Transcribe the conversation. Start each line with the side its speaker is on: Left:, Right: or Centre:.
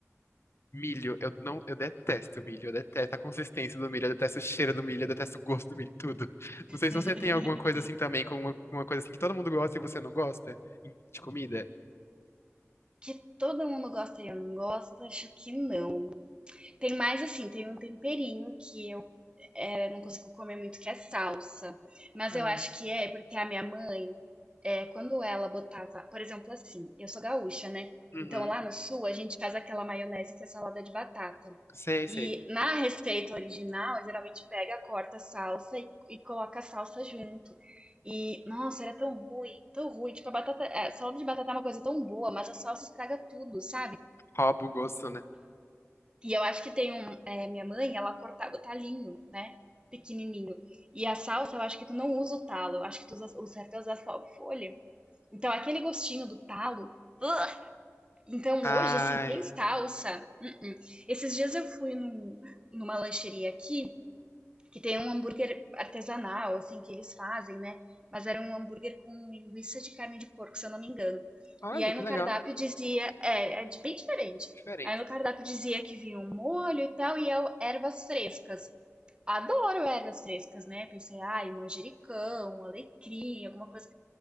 Left: Milho, eu não, eu detesto milho, eu detesto a consistência do milho, eu detesto o cheiro do milho, eu detesto o gosto do milho, tudo. Não sei
Right: <laughs>
Left: se você tem alguma coisa assim também, com uma, uma coisa assim que todo mundo gosta e você não gosta em- de comida.
Right: que todo mundo gosta e eu não gosto, acho que não. Tem mais assim, tem um temperinho que eu é, não consigo comer muito que é salsa. Mas
Left: Ah,
Right: eu acho que é porque a minha mãe, é, quando ela botava, por exemplo, assim, eu sou gaúcha, né?
Left: uhum.
Right: Então lá no sul a gente faz aquela maionese que é salada de batata.
Left: Sei, sei.
Right: E na receita original, geralmente pega, corta a salsa e, e coloca a salsa junto. E, nossa, era tão ruim, tão ruim. Tipo, a batata, a salada de batata é uma coisa tão boa, mas a salsa estraga tudo, sabe?
Left: Rouba o gosto, né?
Right: E eu acho que tem um. é, minha mãe, ela cortava o talinho, né? Pequenininho. E a salsa, eu acho que tu não usa o talo. Eu acho que tu usa, o certo é usar só a folha. Então, aquele gostinho do talo. ugh! Então,
Left: Ai,
Right: hoje, assim, tem salsa. hum, hum. Esses dias eu fui num- numa lancheria aqui que tem um hambúrguer artesanal, assim, que eles fazem, né? Mas era um hambúrguer com linguiça de carne de porco, se eu não me engano.
Left: olha
Right: E aí
Left: que
Right: no
Left: legal.
Right: cardápio dizia, é, é de- bem diferente.
Left: Diferente.
Right: Aí no cardápio dizia que vinha um molho e tal, e eu, ervas frescas. Adoro ervas frescas, né? Pensei, ai, manjericão, alecrim, alguma coisa.